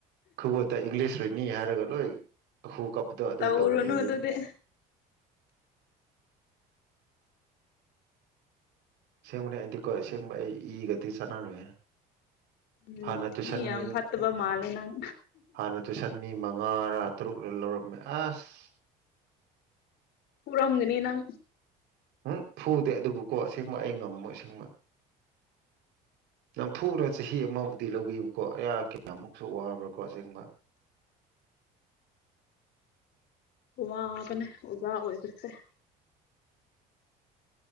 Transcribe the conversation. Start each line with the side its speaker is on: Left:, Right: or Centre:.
Right: ꯈꯨꯕꯨꯠꯇ ꯏꯪꯂꯤꯁ <unintelligible> ꯅꯤ ꯍꯥꯏꯔꯒ ꯂꯣꯏ ꯈꯨ ꯀꯞꯄꯗꯣ ꯑꯗꯨ
Left: ꯇꯧꯔꯨꯅꯨ
Right: ꯇꯧꯔ‌ꯦ ꯑꯩꯗꯤ
Left: ꯑꯗꯨꯗꯤ
Right: ꯑꯁ‌ꯦꯡꯕꯅꯦ ꯑꯩꯗꯤꯀꯣ ꯑꯁꯦꯡꯕ ꯑꯩ ꯏꯒꯗꯤ ꯆꯥꯟꯅꯔ‌ꯣꯏꯍ‌ꯦ
Left: ꯎꯝ
Right: ꯍꯥꯟꯅ ꯇꯨꯏꯁꯟ
Left: ꯃꯤ ꯌꯥꯝ ꯐꯠꯇꯕ
Right: ꯎ
Left: ꯃꯥꯜꯂꯦ ꯅꯪ
Right: ꯍꯥꯟꯅ ꯇꯨꯏꯁꯟ ꯃꯤ ꯃꯉꯥꯔꯥ ꯇꯔꯨꯛꯔ ꯂꯧꯔꯝꯃꯦ ꯑꯁ
Left: ꯐꯨꯔꯝꯒꯅꯤ ꯅꯪ
Right: ꯎꯝ ꯐꯨꯗꯦ ꯑꯗꯨꯕꯨꯀꯣ ꯑꯁꯦꯡꯕ ꯑꯩ ꯉꯝꯃꯣꯏ ꯑꯁꯦꯡꯕ ꯅꯝꯐꯨꯗ ꯆꯍꯤ ꯑꯃꯕꯨꯗꯤ ꯂꯧꯕꯤꯕꯀꯣ ꯑꯌꯥ ꯀꯌꯥꯃꯨꯛꯁꯨ ꯋꯥꯕ꯭ꯔꯥꯀꯣ ꯑꯁꯦꯡꯕ
Left: ꯋꯥꯕꯅꯦ ꯑꯣꯖꯥ ꯑꯣꯏꯕꯁ‌ꯦ